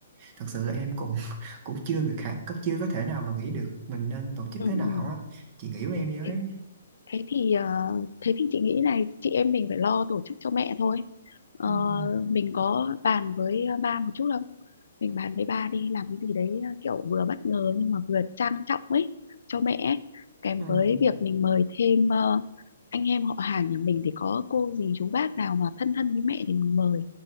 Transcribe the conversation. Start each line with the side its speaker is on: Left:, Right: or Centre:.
Right: thật sự là em cũng <laughs> cũng chưa được khả, có- chưa có thể nào mà nghĩ được mình nên tổ chức
Left: ừ,
Right: thế nào
Left: ừ.
Right: á chị nghĩ với em với
Left: Thế, thế thì ờ, thế thì chị nghĩ này chị em mình phải lo tổ chức cho mẹ thôi Ờ,
Right: Ừm,
Left: mình có bàn với ờ, ba một chút không mình bàn với ba đi làm cái gì đấy ờ, kiểu vừa bất ngờ nhưng mà vừa trang trọng ấy cho mẹ ấy. kèm
Right: ừm,
Left: với việc mình mời thêm ờ, anh em họ hàng nhà mình thì có cô dì chú bác nào mà thân thân với mẹ thì mình mời